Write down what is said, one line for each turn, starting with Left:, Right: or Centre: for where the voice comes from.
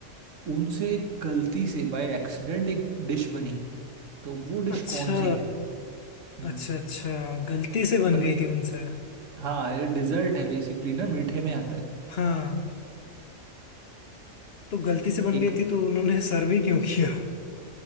Right: उनसे गलती से बाय एक्सीडेंट एक डिश बनी तो वो डिश
Left: अच्छा
Right: कौन सी है हम्म
Left: अच्छा अच्छा गलती से बन
Right: मतलब
Left: गई थी उनसे
Right: हाँ ये डिजर्ट है बेसिकली ना मीठे में आता है
Left: हाँ तो गलती से बन
Right: एक
Left: गई
Right: <laughs>
Left: थी तो उन्होंने <laughs> सर्व ही क्यों किया